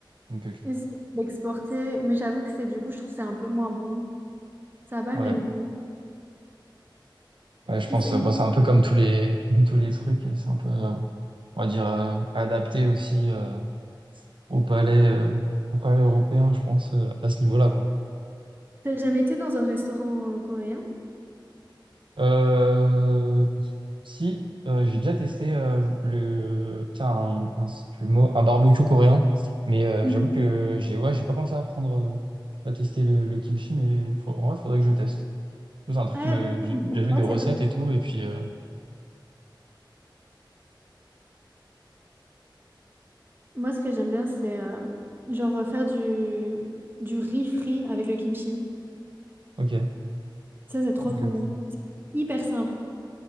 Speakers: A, on the right (about 75°); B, on the right (about 25°).
A: ok, ok.
B: Essayer de l'exporter, mais j'avoue que c'est du coup, je trouve que c'est un peu moins bon. Ça n'a pas
A: Ouais,
B: le même goût.
A: ouais, je pense,
B: C'est-
A: euh,
B: mais
A: bah, c'est un peu comme tous les, <laughs> tous les trucs, c'est un peu, euh, on va dire, euh, adapté aussi euh, au palais, euh, au palais européen, je pense, euh, à ce niveau-là, quoi.
B: T'as jamais été dans un restaurant euh, coréen?
A: Euh, si, euh, j'ai déjà testé euh, le, putain, un, un- c'est plus le mot, un barbecue coréen, mais euh,
B: Mhm.
A: j'avoue que j'ai ouais, j'ai pas pensé à prendre, euh, à tester le, le kimchi, mais faut, en vrai, faudrait que je teste. C'est un truc
B: Ouais,
A: qui m'avait, j'ai déjà vu
B: bah,
A: des recettes
B: ça doit-
A: et tout, et puis, euh,
B: Moi, ce que j'aime bien, c'est euh, genre euh, faire du, du riz frit avec le kimchi.
A: ok.
B: Ça, c'est trop
A: Ok.
B: trop bon. C'est hyper simple.